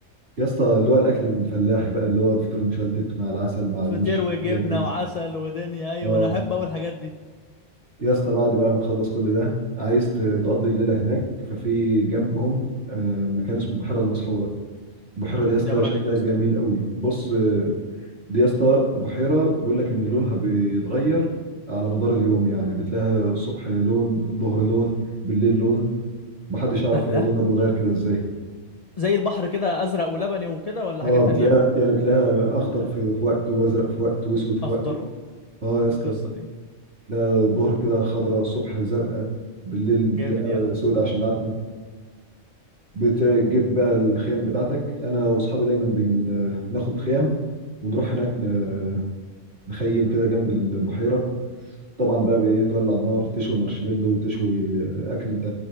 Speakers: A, on the right; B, on the left.
A: يا اسطى اللي هو الاكل الفلاحي بقى اللي هو الفطير مشلتت مع العسل مع
B: فطير
A: المش
B: وجبنه
A: مع الحاجات دي
B: وعسل ودنيا ايوه
A: اه
B: انا احب اول الحاجات دي
A: يا اسطى بعد بقى ما تخلص كل ده عايز ت- تقضي الليله هناك ففي جنبهم آه، مكان اسمه البحيره المسحوره البحيره دي يا اسطى
B: دي عبارة
A: شكلها
B: عن ايه دي يا اسطى
A: جميل قوي بص آه، دي يا اسطى بحيره بيقول لك ان لونها بيتغير على مدار اليوم يعني بتلاقيها الصبح لون الظهر لون بالليل لون محدش يعرف
B: الله
A: هي لونها بيتغير كده ازاي
B: زي البحر كده ازرق ولبني وكده ولا
A: اه
B: حاجة تانية
A: بتلاقيها يعني بتلاقيها اخضر في في وقت وازرق في وقت واسود في
B: اخضر
A: وقت اه يا اسطى
B: إيه القصة دي
A: تلاقيها الظهر كده خضراء الصبح زرقاء بالليل
B: جامد
A: تلاقيها
B: يلا
A: سود عشان العتمه بتجيب بقى الخيام بتاعتك انا واصحابي دايما بناخد خيام ونروح هناك ن- مخيم كده جنب البحيره طبعا بقى بايه تولع نار تشوي مارشميلو وتشوي اكل انت